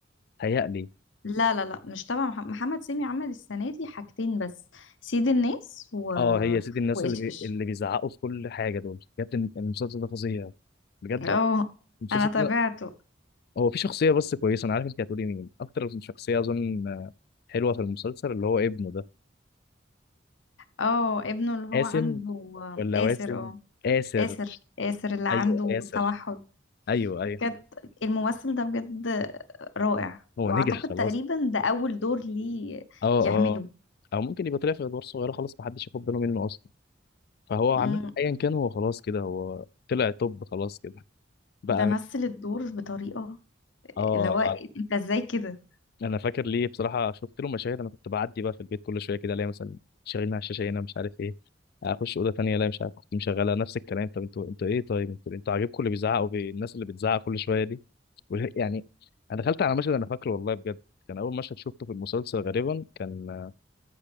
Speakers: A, on the left (about 55°); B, on the left (about 80°).
A: هيألي
B: لا لا لا مش تبع مح- محمد سامي عمل السنة دي حاجتين بس سيد الناس و...
A: اه هي سيدي الناس
B: وإيش
A: اللي بي...
B: إيش
A: اللي بيزعقوا في كل حاجه دول بجد الم- المسلسل ده فظيع بجد
B: اه
A: المسلسل
B: أنا تابعته
A: ده هو في شخصيه بس كويسه انا عارف انت هتقولي مين اكتر شخصيه اظن حلوه في المسلسل اللي هو ابنه ده
B: اه ابنه اللي هو
A: قاسم
B: عنده
A: ولا
B: آسر
A: واسم
B: اه
A: آسر
B: آسر آسر اللي عنده
A: ايوه آسر
B: توحد
A: ايوه ايوه
B: بجد الممثل ده بجد رائع
A: هو
B: وأعتقد
A: نجح خلاص
B: تقريبا ده أول دور ليه
A: اه
B: يعمله
A: اه او ممكن يبقى طلع في ادوار صغيره خلاص محدش ياخد باله منه اصلا فهو عامه
B: مم.
A: ايا كان هو خلاص كده هو طلع توب خلاص كده بقى
B: ده مثل الدور بطريقة
A: اه
B: اللي هو أنت إزاي كده
A: انا فاكر ليه بصراحه شفت له مشاهد انا كنت بعدي بقى في البيت كل شويه كده الاقي مثلا شغالين على الشاشه هنا مش عارف ايه اخش اوضه تانية الاقي مش عارف كنت مشغله نفس الكلام طب انتوا انتوا ايه طيب انتوا انتوا عاجبكم اللي بيزعق والناس اللي بتزعق كل شويه دي <laughs> وال- يعني انا دخلت على مشهد انا فاكره والله بجد كان اول مشهد شفته في المسلسل غالبا كان